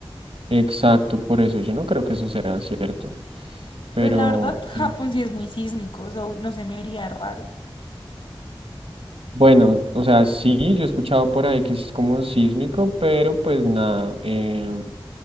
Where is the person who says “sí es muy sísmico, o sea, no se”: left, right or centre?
Left